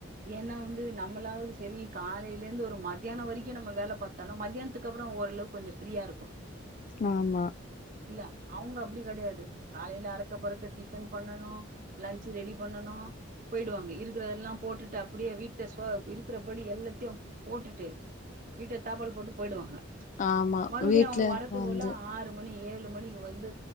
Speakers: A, on the right; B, on the left.
A: ஏன்னா வந்து நம்மளாவது செரி காலேலருந்து ஒரு மத்யானோ வரைக்கு நம்ம வேல பாத்தாலு மத்யானத்துக்கு அப்பறோ ஓரளவுக் கொஞ்சோ ஃப்ரீயா இருக்கு
B: ஆமா
A: இல்ல அவுங்க அப்டி கெடையாது காலேல அறக்க பறக்க டிஃபன் பண்ணனு லன்ச் ரெடி பண்ணனு போயிடுவாங்க இருக்கிறதெல்லாம் போட்டுட்டு அப்டியே வீட்ட சோ இருக்கிறபடி எல்லாத்தையும் போட்டுட்டு வீட்ட தாப்பள் போட்டு போயிடுவாங்க
B: ஆமா
A: மறுபடியு
B: வீட்ல
A: அவங்க வரத்துக்குள்ள
B: வந்து
A: ஆறு மணி ஏழு மணிக்கு வந்து